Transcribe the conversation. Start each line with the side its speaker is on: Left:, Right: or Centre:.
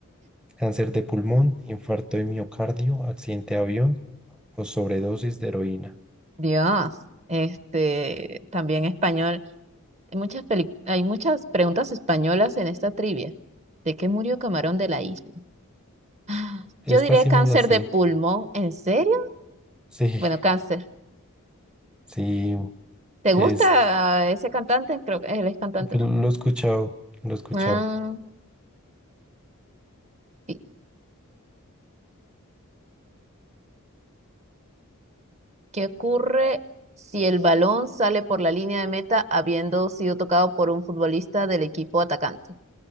Centre: cáncer de pulmón, infarto de miocardio, accidente de avión o sobredosis de heroína.
Right: Dios, este, también español. Hay muchas peli- hay muchas preguntas españolas en esta trivia. ¿De qué murió Camarón de la isla? Ah,
Centre: Esta
Right: Yo diré
Centre: sí
Right: cáncer
Centre: me la sé.
Right: de pulmón. ¿En serio?
Centre: Sí,
Right: Bueno, cáncer.
Centre: sí,
Right: ¿Te
Centre: es,
Right: gusta ese cantante? Creo que él es cantante,
Centre: lo
Right: ¿no?
Centre: he escuchado, lo he escuchado.
Right: Ah, ¿y ¿qué ocurre si el balón sale por la línea de meta habiendo sido tocado por un futbolista del equipo atacante?